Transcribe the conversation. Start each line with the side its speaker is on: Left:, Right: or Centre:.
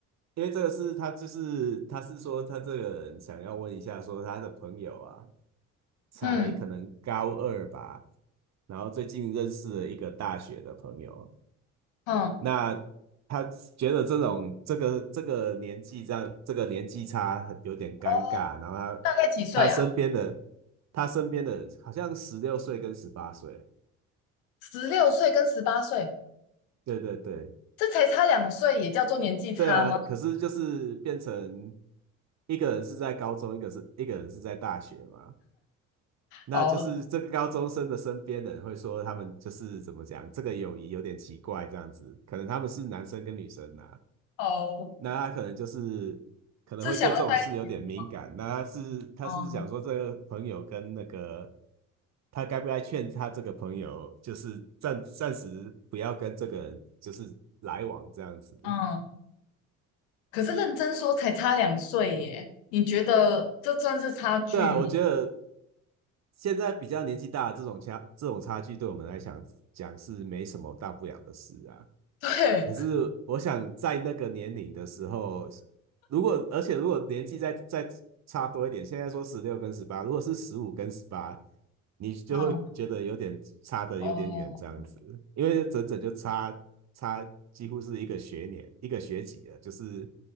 Right: 因为这个是他就是他是说他这个人想要问一下，说他的朋友啊，才可能高二吧，
Left: 嗯
Right: 然后最近认识了一个大学的朋友。
Left: 嗯，
Right: 那他觉得这种这个这个年纪这样这个年纪差很有点尴尬，
Left: 哦，
Right: 然后他
Left: 大概几岁啊？
Right: 他身边的他身边的好像十六岁跟十八岁，
Left: 十六岁跟十八岁，
Right: 对对对
Left: 这才差两岁，也叫做年纪差吗？
Right: 对啊，可是就是变成一个人是在高中，一个是一个人是在大学嘛，那就是这个高中生的身边的人会说他们就是怎么讲，
Left: 哦
Right: 这个友谊有点奇怪这样子，可能他们是男生跟女生呐、
Left: 哦，
Right: 那他可能就是可能会对这种事有点敏感。
Left: 是想要在一起是吗？
Right: 那他是他是想说，
Left: 嗯
Right: 这个朋友跟那个他该不该劝他这个朋友，就是暂暂时不要跟这个人就是来往这样子。
Left: 嗯，可是认真说才差两岁耶，你觉得这算是差距吗？
Right: 对啊，我觉得现在比较年纪大的这种差这种差距，对我们来讲讲是没什么大不了的事啊。
Left: <laughs> 对，
Right: 可是我想在那个年龄的时候，如果而且如果年纪再再差多一点，现在说十六跟十八，如果是十五跟十八，你就会觉得有点差的有点远这样子，
Left: 嗯哦，
Right: 因为整整就差差几乎是一个学年一个学级了，就是